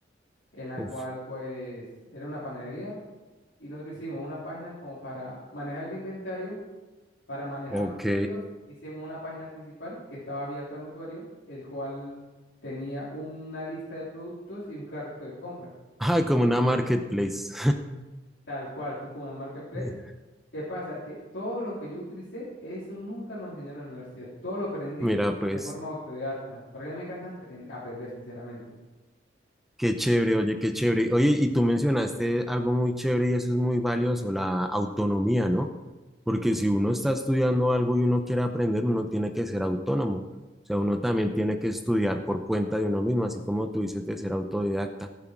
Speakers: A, on the left; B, in the centre.
A: en la
B: uf,
A: cual, pues, era una panadería, y nosotros hicimos una página como para manejar el inventario Para manejar
B: ok.
A: los pedidos, hicimos una página principal que estaba abierta al usuario, el cual tenía una lista de productos y un carrito de compras,
B: Ah, como
A: ¿sí?
B: una marketplace.
A: Tal cual, fue como una marketplace.
B: <laughs>
A: ¿Qué pasa? Que todo lo que yo utilicé, eso nunca nos enseñaron en la universidad. Todo lo aprendí
B: Mira, pues,
A: de forma autodidacta, porque a mí me encanta apren- aprender, sinceramente.
B: qué chévere, oye, qué chévere. Oye, y tú mencionaste algo muy chévere y eso es muy valioso, la autonomía, ¿no? Porque si uno está estudiando algo y uno quiere aprender, uno tiene que ser autónomo. O sea, uno también tiene que estudiar por cuenta de uno mismo, así como tú dices de ser autodidacta.